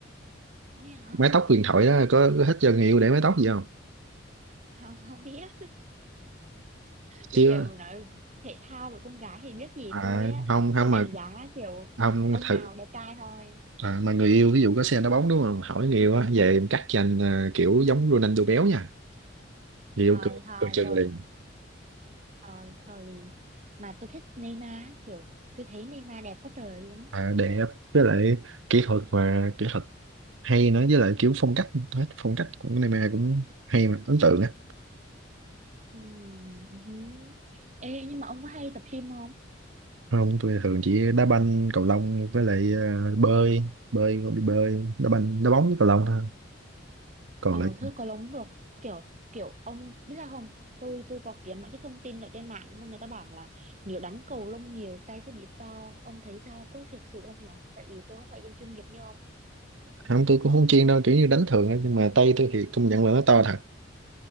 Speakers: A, on the right; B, on the right.
A: ôi hả
B: mái tóc huyền thoại đó, có, có thích cho người yêu để mái tóc gì không?
A: không không biết
B: chứ
A: bây giờ mà nói thể thao về con gái thì biết gì
B: à,
A: tôi á
B: không không
A: tôi đánh
B: mà
A: giá kiểu
B: không
A: ông
B: thật
A: nào đẹp trai thôi
B: à, mà người yêu ví dụ có xe đá bóng đúng không hỏi người yêu á về em cắt dành à, kiểu giống Ronaldo béo nha người
A: thôi
B: yêu cười
A: thôi
B: cười chừng
A: tôi
B: liền
A: thôi thôi mà tôi thích Neymar kiểu tôi thấy Neymar đẹp quá trời luôn
B: à, đẹp với lại kỹ thuật mà kỹ thuật hay nữa với lại kiểu phong cách hết phong cách của Neymar cũng hay mà ấn tượng á
A: Ừm, hứ. ê nhưng mà ông có hay tập gym không
B: không tôi thường chỉ đá banh cầu lông với lại à, bơi bơi đi bơi đá banh đá bóng với cầu lông thôi còn
A: Ờ
B: lại
A: thôi có lống được kiểu kiểu ông biết là không tôi tôi có kiếm mấy cái thông tin ở trên mạng luôn người ta bảo là nếu đánh cầu lông nhiều tay sẽ bị to ông thấy sao có thiệt sự không nhở tại vì tôi không phải dân chuyên nghiệp như ông
B: không tôi cũng không chuyên đâu kiểu như đánh thường á nhưng mà tay tôi thì công nhận là nó to thật